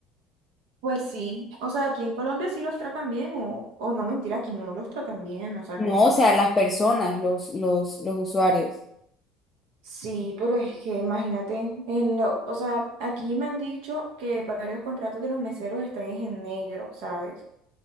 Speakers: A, on the right; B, on the left.
A: Pues sí, o sea, aquí en Colombia sí los tratan bien, o, o no mentira, aquí no los tratan bien, o sea,
B: No,
A: no, no.
B: o sea, las personas, los, los, los usuarios.
A: Sí, pero es que imagínate, en lo, o sea, aquí me han dicho que varios contratos de los meseros están en negro, ¿sabes?